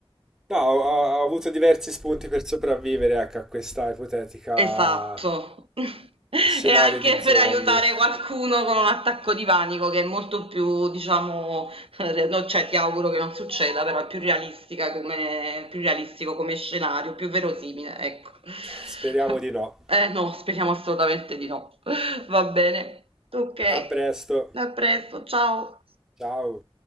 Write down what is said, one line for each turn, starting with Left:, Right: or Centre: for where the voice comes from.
Centre: no, ho, ho- ho avuto diversi spunti per sopravvivere, ecco, a questa ipotetica
Right: Esatto. <laughs> E
Centre: scenario
Right: anche
Centre: di zombie.
Right: per aiutare qualcuno con un attacco di panico che è molto più, diciamo, re no, cioè ti auguro che non succeda, però è più realistica come più realistico come scenario, più verosimile, ecco.
Centre: Speriamo
Right: <laughs>
Centre: di no.
Right: Eh no, speriamo assolutamente di no. <laughs> Va bene. Okay.
Centre: A presto.
Right: A presto, ciao.
Centre: Ciao.